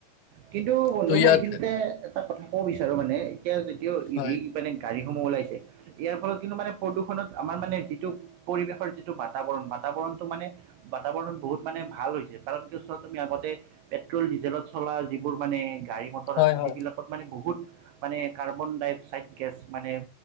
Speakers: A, on the right; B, on the left.
A: কিন্তু বন্ধু
B: ত' ইয়াত
A: মই এইখিনিতে এটা কথা কব বিচাৰো মানে, এতিয়া যিটো ই
B: হয়,
A: ভি মানে গাড়ীসমূহ ওলাইছে। ইয়াৰ ফলত কিন্তু মানে প্ৰদূষণত আমাৰ মানে যিটো পৰিৱেশৰ যিটো বাতাবৰণ, বাতাবৰণটো মানে বাতাবৰণ বহুত মানে ভাল হৈছে। কাৰণটো চোৱা তুমি আগতে, পেট্ৰল ডিজেলত চলা যিবোৰ মানে, গাড়ী মটৰ
B: হয়,
A: আছিল,
B: হয়,
A: সেইবিলা কত মানে বহুত মানে কাৰ্বন ডাই অক্সাইড গেছ মানে